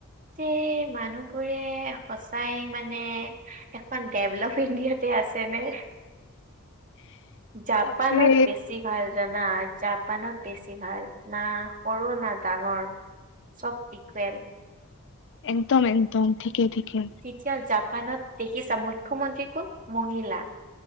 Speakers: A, on the right; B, on the left.
A: এই মানুহবোৰে সচাই মানে এখন ডেভলপ ইণ্ডিয়াতে আছে নে? জাপানত
B: বাপৰে
A: বেছি ভাল জানা জাপানত বেছি ভাল না সৰু না ডাঙৰ চব ইকুৱেল।
B: একদম একদম থিকে থিকে।
A: এতিয়া জাপানত দেখিছা মুখ্যমন্ত্ৰী কোন মহিলা,